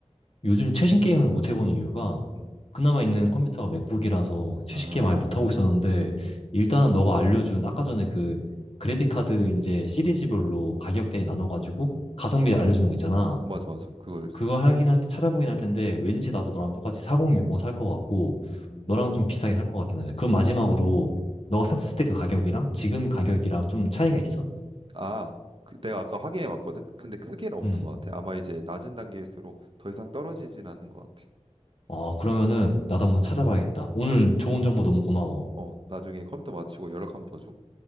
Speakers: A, on the left (about 60°); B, on the right (about 45°).
A: 요즘 최신 게임을 못 해본 이유가
B: 음.
A: 그나마 있는 컴퓨터가 맥북이라서 최신
B: 아,
A: 게임 많이 못하고 있었는데
B: 음,
A: 일단은 너가 알려준 아까 전에 그 그래픽카드 이제 시리즈별로 가격대에 나눠가지고 가성비 알려주는 거 있잖아.
B: 맞아, 맞아. 그거 있어.
A: 그거 하긴 할 때 찾아보긴 할 텐데 왠지 나도 너랑 똑같이 4060 살 것 같고
B: 음,
A: 너랑 좀 비슷하게
B: 음.
A: 살 것 같긴 한데 그럼 마지막으로 너가 샀을 때 그 가격이랑 지금 가격이랑 좀 차이가 있어?
B: 아, 그 내가 아까 확인해 봤거든. 근데 크게는 없는
A: 음.
B: 것 같아. 아마 이제 낮은 단계일수록 더 이상 떨어지진 않는 것 같아.
A: 어, 그러면은 나도 한번 찾아봐야겠다. 오늘 좋은 정보 너무 고마워.
B: 어, 나중에 컴퓨터 맞추고 연락하면 더 줘.